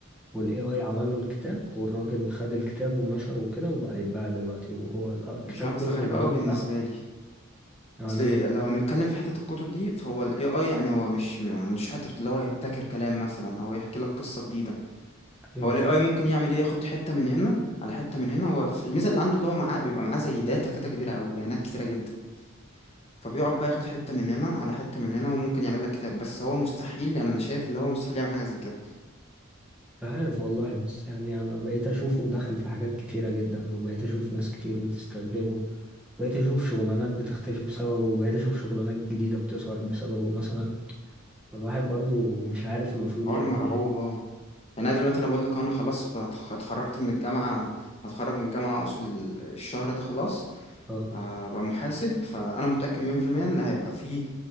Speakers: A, in the centre; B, on the left (about 30°).
A: والاي اي عمل له الكتاب والراجل خد الكتاب ونشره وكده وبقى يتباع دلوقتي وهو الكتاب
B: مش عارف
A: كله
B: اصل غريب
A: من اوله
B: قوي بالنسبه
A: لاخره
B: لي
A: يعني
B: اصل
A: انا مش عارف
B: لو هنتكلم في حته الكتب دي فهو الاي اي يعني هو مش ما عندوش حته اللي هو هيبتكر كلام مثلا او يحكي لك قصه جديده
A: ايوه
B: هو الاي اي ممكن يعمل ايه ياخد حته من هنا على حته من هنا هو في- الميزه اللي عنده اللي هو معاه بيبقى معاه زي داتا كده كبيره قوي بيانات كتيره جدا فبيقعد بقى ياخد حته من هنا على حته من هنا وممكن يعمل لك كتاب بس هو مستحيل يعني انا شايف اللي هو مستحيل يعمل حاجه زي كده
A: عارف والله بس يعني انا بقيت اشوفه دخل في حاجات كتيرة جدا وبقيت اشوف ناس كتير بتستخدمه بقيت اشوف شغلانات بتختفي بسببه وبقيت اشوف شغلانات جديدة بتظهر بسببه مثلا فالواحد برضو مش عارف المفروض
B: حوار
A: يعمل
B: مرعوب
A: ايه
B: اه يعني انا دلوقتي انا بقول لك انا خلاص هتخ- اتخرجت من الجامعه هتخرج من الجامعه اقصد ال- الشهر ده خلاص
A: اه
B: هبقى محاسب فانا متاكد 100% ان هيبقى في